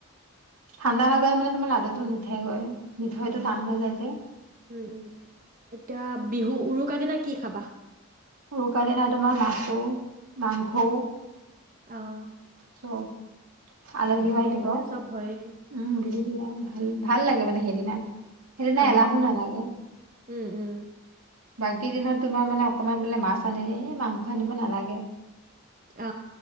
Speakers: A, on the right; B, on the right.
A: ঠাণ্ডা হৈ গলে মান তোমাৰ লাৰুটো নথাই গৈ। মিঠৈও
B: অ
A: টান হৈ যায় যে।
B: উম উম এতিয়া, বিহু উৰুকা দিনা কি খাবা?
A: উৰুকা দিনা তোমাৰ মাছো, মাংসও।
B: অ'
A: চব আলহীও
B: বিহু বুলি
A: আহিব
B: কলে চব হয়
A: উম বিহু দিনা ভাল ভাল লাগে মানে সেইদিনা
B: অ
A: এলাহো নালাগে
B: উম উম
A: বাকী দিনত তোমাৰ মানে অকমান বোলে মাছ আনিলে এই মাংস আনিব নালাগে
B: অ